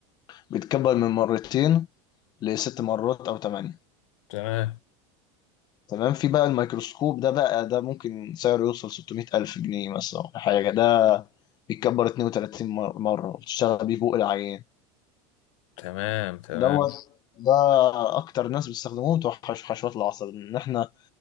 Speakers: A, on the left; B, on the left.
A: بتكبر من مرتين لست مرات او ثمانيه
B: تمام
A: تمام في بقى الميكروسكوب ده بقى ده ممكن سعره يوصل 600 ألف جنيه مثلا ولا حاجة ده بيتكبر 32 مر- مرة وبتشتغل بيه فوق العيان
B: تمام تمام
A: دوت ده أكتر ناس بيستخدموه بتوع حش- حشوات العصب إن إحنا